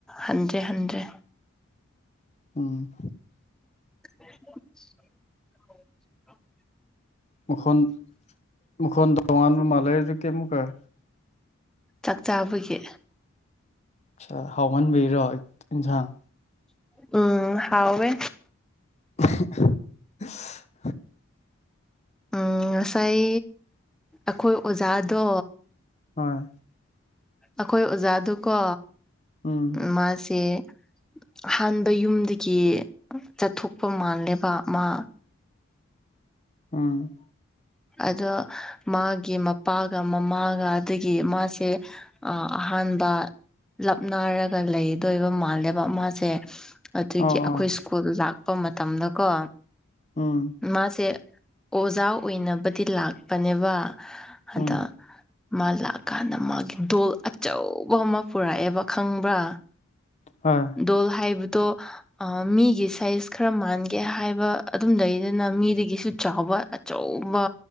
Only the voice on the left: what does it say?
ꯑꯣ
ꯃꯈꯣꯟ ꯃꯈꯣꯟ ꯇꯣꯉꯥꯟꯕ ꯃꯥꯜꯂꯦꯁ ꯀꯩꯝꯃꯨꯛꯀꯥꯏ
ꯑꯠꯁꯥ ꯍꯥꯎꯃꯟꯕꯩꯔꯣ ꯏꯟꯁꯥꯡ
<inaudible>
ꯍꯣꯏ
ꯎꯝ
ꯎꯝ
ꯑꯣ
ꯑꯣ
ꯎꯝ
ꯎꯝ
ꯍꯣꯏ꯫